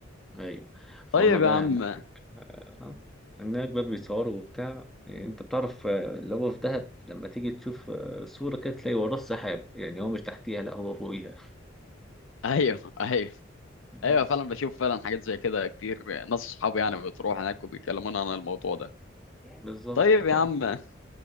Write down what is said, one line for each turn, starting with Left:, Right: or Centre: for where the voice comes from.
Centre: ايوه فهم
Left: طيب
Centre: بقى
Left: يا عم
Centre: هناك آه، هناك بقى بيصوروا وبتاع انت بتعرف آه، اللي هو في دهب لما تيجي تشوف آه، صورة كده تلاقي وراه السحاب يعني هو مش تحتيها لا هو فوقيها
Left: <laughs> ايوه ايوه
Centre: بس
Left: ايوه فعلا بشوف فعلا حاجات زي كده كتير ناس اصحابي يعني بتروح هناك وبيكلمونا عن الموضوع ده
Centre: بالظبط
Left: طيب
Centre: طبعا
Left: يا عم